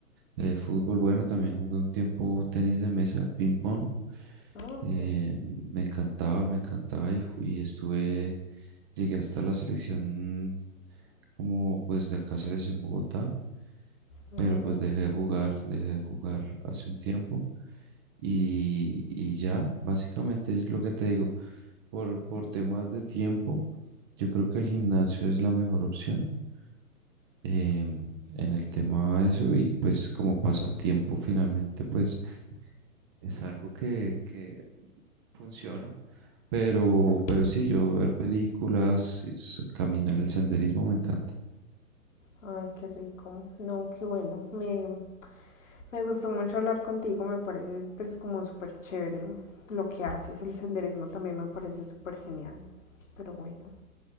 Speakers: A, on the right; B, on the left.
A: Eh, fútbol, bueno, también jugué un tiempo tenis de mesa, ping pong.
B: Ah, ok.
A: Eh, me encantaba, me encantaba y, ju- y estuve, llegué hasta la selección como pues de acá selección Bogotá,
B: No,
A: pero pues dejé de jugar, dejé de jugar hace un tiempo y, y ya, básicamente es lo que te digo por, por temas de tiempo, yo creo que el gimnasio es la mejor opción em, en el tema de eso y pues como pasatiempo finalmente pues es algo que, que funciona. Pero,
B: es verdad.
A: pero sí, yo ver películas, es- caminar el senderismo me encanta.
B: Ay, qué rico. No, qué bueno. Me, me gustó mucho hablar contigo. Me parece pues como súper chévere lo que haces. El senderismo también me parece súper genial. Pero bueno,